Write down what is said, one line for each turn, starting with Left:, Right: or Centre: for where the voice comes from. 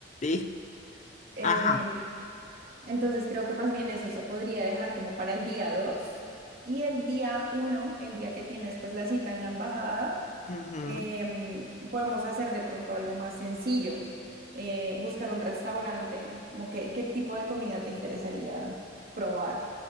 Left: sí.
Right: Em,
Left: Ajá.
Right: entonces creo que más bien eso se podría dejar como para el día 2 y el día uno, el día que tienes pues la cita en la embajada,
Left: ujú.
Right: em, podemos hacer de pronto algo más sencillo, eh, buscar un restaurante, como que- qué tipo de comida te interesaría probar.